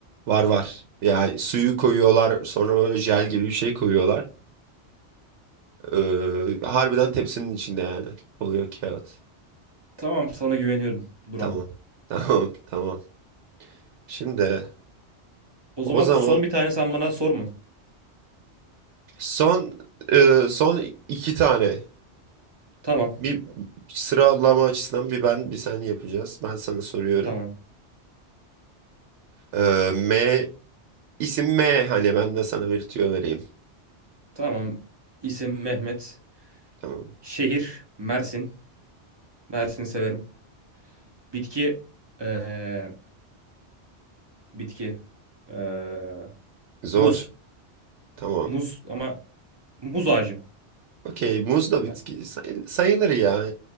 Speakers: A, on the right (about 80°); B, on the right (about 25°).
A: var var. Yani suyu koyuyorlar sonra böyle jel gibi bir şey koyuyorlar. Ee, harbiden tepsinin içinde yani. Oluyor kağıt.
B: Tamam sana güveniyorum Duran.
A: Tamam. <laughs> Tamam tamam. Şimdi
B: O zaman
A: O zaman
B: son bir tane sen bana sor mu?
A: son e, son iki tane
B: Tamam.
A: bir sıralama açısından bir ben bir sen yapacağız. Ben sana soruyorum.
B: Tamam.
A: E, M isim M hani ben de sana bir tüyo vereyim.
B: Tamam. İsim Mehmet.
A: Tamam.
B: Şehir Mersin. Mersin'i severim. Bitki eee, Bitki. Ee,
A: Zor.
B: muz.
A: Tamam.
B: Muz ama muz ağacı.
A: Okey. Muz da bitki
B: Heh.
A: sayı- sayılır ya.